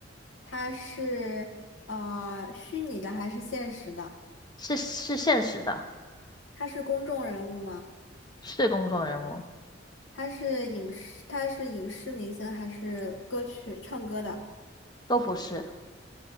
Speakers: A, on the left (about 80°); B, on the left (about 20°).
A: 他是呃虚拟的还是现实的？
B: 是是现实的，
A: 他是公众人物吗？
B: 是公众人物，
A: 他是影视，他是影视明星还是歌曲唱歌的？
B: 都不是，